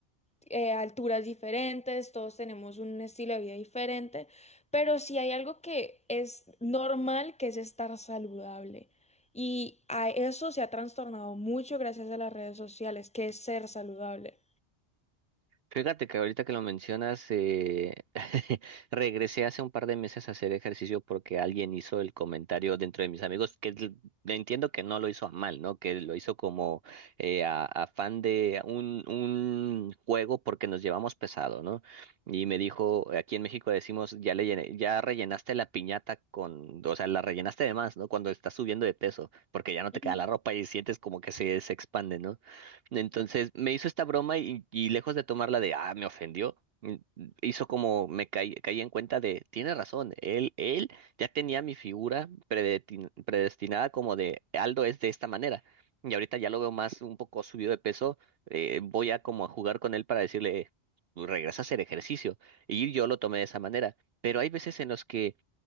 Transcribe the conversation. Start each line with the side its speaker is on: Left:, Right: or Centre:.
Centre: eh, alturas diferentes, todos tenemos un estilo de vida diferente, pero si hay algo que es normal, que es estar saludable. Y a eso se ha trastornado mucho gracias a las redes sociales, que es ser saludable.
Right: Fíjate que ahorita que lo mencionas, eh, <laughs> regresé hace un par de meses a hacer ejercicio porque alguien hizo el comentario dentro de mis amigos, que l- entiendo que no lo hizo a mal, ¿no? Que lo hizo como eh, a, a fan de un, un juego porque nos llevamos pesado, ¿no? Y me dijo, aquí en México decimos, ya le llené- ya rellenaste la piñata con, o sea, la rellenaste de más, ¿no? Cuando estás subiendo de peso, porque ya no te
Centre: Ujú,
Right: queda la ropa y sientes como que se, se expande, ¿no? Entonces me hizo esta broma y, y lejos de tomarla de, ah, me ofendió, mm, hizo como me caí, caí en cuenta de, tiene razón, él, él ya tenía mi figura predetin- predestinada como de, Aldo es de esta manera. Y ahorita ya lo veo más un poco subido de peso, eh, voy a como a jugar con él para decirle, "Eh, tú regresa a hacer ejercicio. Y yo lo tomé de esa manera. Pero hay veces en los que